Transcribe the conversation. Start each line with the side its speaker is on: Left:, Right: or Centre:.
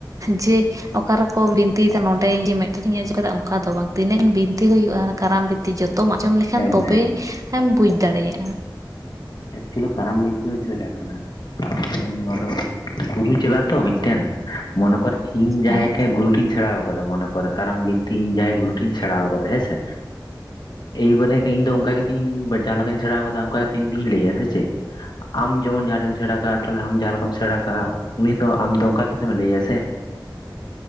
Right: ᱡᱮ ᱚᱠᱟ ᱨᱮᱠᱚ ᱵᱤᱱᱛᱤᱭᱮᱫᱟ ᱱᱚᱰᱮ ᱢᱤᱫᱴᱮᱱᱤᱧ ᱟᱹᱡᱚᱢ ᱠᱮᱫᱟ ᱚᱱᱠᱟ ᱫᱚ ᱵᱟᱝ ᱛᱤᱱᱟᱹᱜ ᱵᱤᱱᱛᱤ ᱦᱩᱭᱩᱜᱼᱟ ᱠᱟᱨᱟᱢ ᱵᱤᱱ ᱛᱤ ᱡᱚᱛᱚᱢ ᱟᱸᱡᱚᱢ ᱞᱮᱠᱷᱟᱱ
Left: ᱧᱮᱞ
Right: ᱛᱚᱵᱮᱢ
Left: ᱢᱮ
Right: ᱵᱩᱡ ᱫᱟᱲᱮᱭᱟᱜᱼᱟ
Left: ᱮᱠᱪᱩᱭᱮᱞᱤ ᱠᱟᱨᱟᱢ ᱵᱤᱱᱛᱤ ᱫᱚ ᱪᱮᱫ ᱞᱮᱠᱟᱜ ᱠᱟᱱᱟ ᱠᱟᱨᱟᱢ ᱫᱚ ᱩᱱ ᱱᱚᱣᱟ ᱫᱚ ᱜᱩᱨᱩ ᱪᱟᱞᱟᱜ ᱟ ᱛᱚ ᱢᱤᱫᱴᱮᱱ ᱢᱚᱱᱮ ᱠᱚᱨ ᱤᱧ ᱡᱟᱦᱟᱸᱭ
Right: ᱦᱮᱸ
Left: ᱴᱷᱮᱡ ᱜᱩᱨᱩ ᱴᱷᱤᱧ ᱥᱮᱬᱟ ᱟᱠᱟᱫᱟ ᱢᱚᱱᱮ ᱠᱚᱨ ᱠᱟᱨᱟᱢ ᱵᱤᱱᱛᱤ ᱤᱧ ᱡᱟᱦᱟᱸᱭ ᱜᱩᱨᱩ ᱴᱷᱤᱧ ᱥᱮᱬᱟ ᱟᱠᱟᱫᱟ ᱦᱮᱸ ᱥᱮ᱾ ᱮᱹᱭᱵᱟᱨᱮ ᱤᱧ ᱫᱚ ᱚᱱᱠᱟ ᱠᱟᱛᱮᱧ ᱡᱟᱦᱟᱸ ᱞᱮᱠᱟᱧ ᱥᱮᱸᱬᱟ ᱟᱠᱟᱫᱟ ᱚᱱᱠᱟ ᱠᱟᱛᱮ ᱤᱧ ᱫᱩᱧ ᱞᱟᱹᱭᱟ ᱥᱮ ᱪᱮᱫ ᱟᱢ ᱡᱮᱢᱚᱱ ᱡᱟᱦᱟᱸ ᱴᱷᱮᱱ ᱮᱢ ᱥᱮᱸᱬᱟ ᱠᱟᱜᱼᱟ ᱛᱟᱦᱚᱞᱮ ᱟᱢ ᱡᱟᱦᱟᱸ ᱞᱮᱠᱟᱢ ᱥᱮᱸᱬᱟ ᱠᱟᱜᱼᱟ ᱩᱱᱤ ᱫᱚ ᱟᱢ ᱫᱚ ᱚᱱᱠᱟ ᱜᱮᱛᱚᱢ ᱞᱟᱹᱭ ᱟᱭᱟ ᱥᱮ